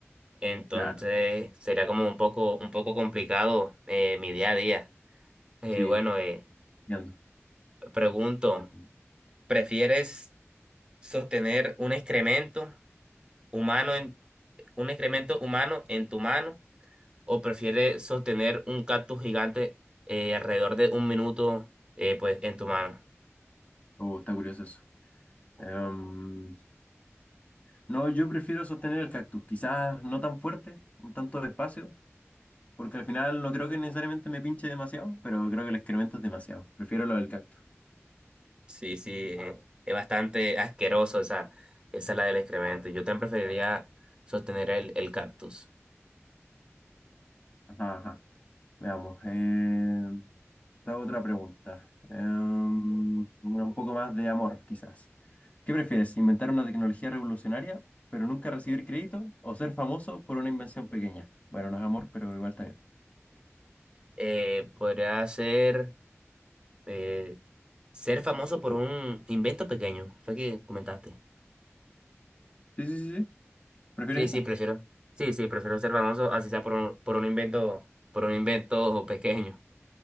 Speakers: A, on the right; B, on the left.
A: Entonces
B: claro.
A: sería como un poco, un poco complicado eh, mi día a día. Eh,
B: Sí,
A: bueno, eh,
B: ya ando.
A: pregunto,
B: Ya ando.
A: ¿prefieres sostener un excremento humano en, un excremento humano en tu mano o prefieres sostener un cactus gigante eh, alrededor de un minuto eh, pues en tu mano?
B: Oh, está curioso eso. Em, no, yo prefiero sostener el cactus. Quizás no tan fuerte, un tanto despacio Porque al final no creo que necesariamente me pinche demasiado, pero creo que el excremento es demasiado. Prefiero lo del cactus.
A: Sí, sí, eh, es bastante asqueroso esa, esa es la del excremento. Yo también preferiría sostener el, el cactus.
B: Ajá, ajá. Veamos. eh, te hago otra pregunta. Em, una un poco más de amor, quizás. ¿Qué prefieres? ¿Inventar una tecnología revolucionaria, pero nunca recibir crédito? ¿O ser famoso por una invención pequeña? Bueno, no es amor, pero igual está bien.
A: Eh, podría ser eh, Ser famoso por un invento pequeño, fue que comentaste.
B: Sí, sí, sí, sí. ¿Prefieres
A: Sí, sí,
B: eso?
A: prefiero. Sí, sí, prefiero ser famoso, así sea por un, por un invento, por un invento pequeño.